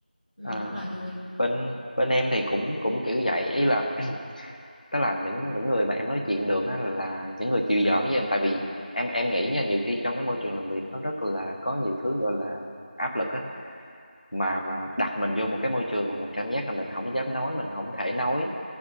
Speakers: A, on the left; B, on the left.
A: ừ,
B: à, à.
A: rất là vui
B: bên bên em thì cũng cũng kiểu vậy ý là <clears throat> tức là những những người mà em nói chuyện được á là những người chịu giỡn với em tại vì em em nghĩ nha nhiều khi trong cái môi trường làm việc nó rất là có nhiều thứ gọi là áp lực á mà mà đặt mình vô một cái môi trường mà mình cảm giác là mình không dám nói mình không thể nói